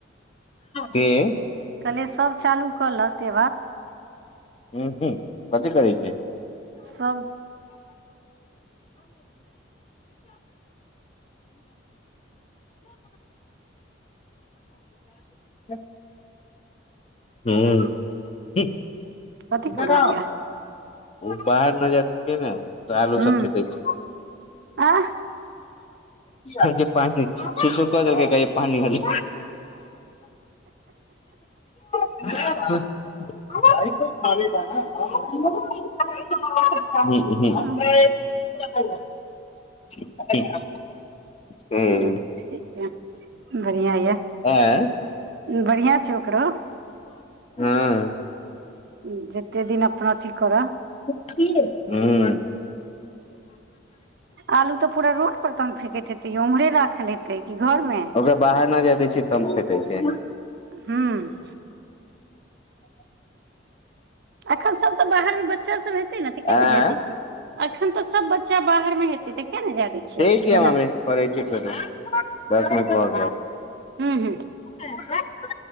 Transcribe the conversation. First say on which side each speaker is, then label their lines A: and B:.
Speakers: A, on the left; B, on the right.
A: केँ
B: कहले सब चालू क लय से बात
A: ह्म हू <inaudible> कथी करैत छी
B: सब
A: <inaudible> ह्म
B: कथी
A: इधर
B: कऽ रहल
A: आओ
B: यऽ
A: ओ बाहर नहि जाइत के नहि त आलू
B: हूं
A: सब फेकैत जे
B: आह
A: छैक जे पानी सूसू क देलकय पानी खाली आइप भ ग ने <inaudible>
B: अच्छा
A: <inaudible> <inaudible> ठीक हूं
B: ठीक य बढ़िया यऽ
A: आँय <inaudible>
B: बढ़िया छई ओकरो
A: हँअ् <inaudible>
B: ह जे एते दिन अपना अथी कर
A: हूंअ् <inaudible>
B: आलू तऽ पूरा रोड पर तन फेकैत हेतय ओ ओमहरे राखल हेतय कि घरमे
A: ओकरा बाहर न जाय दै छियै तब फेेकै छै
B: हूंअ् एखन सब तऽ बाहर मे बच्चा सब हे तऽ
A: आँय
B: ने जाय दैत एखन तऽ सब बच्चा बाहर मे हेतय तऽ किया ने जाय दैत छियैक
A: ठीक य हमे करै छी फेरो दस मिनट भऽ
B: खेल
A: गेल